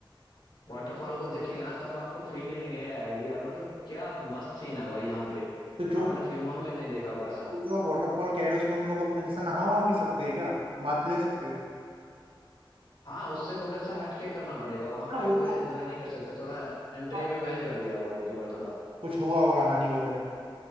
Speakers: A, on the left; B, on the right.
A: वाटरफॉल को देखेंगे ना तब आपको फीलिंग ये आएगी यार मतलब क्या मस्त सीन है भाई यहाँ पे
B: तो जो
A: आपने फिल्मों में नहीं देखा होगा ऐसा
B: जो आप वाटरफॉल कह रहे हो उसमें हम लोग अपने जैसे नहा वहा भी सकते हैं क्या बात ले सकते हैं
A: हाँ उससे थोड़ा सा हटके करना पड़ेगा वहां
B: हाँ
A: पे आप
B: वो
A: एंजॉय
B: तो
A: नहीं कर सकते थोड़ा एंट्री
B: हाँ,
A: अभी बैन कर दिया हुआ है अब की बार थोड़ा
B: कुछ हुआ होगा हानि वगैरह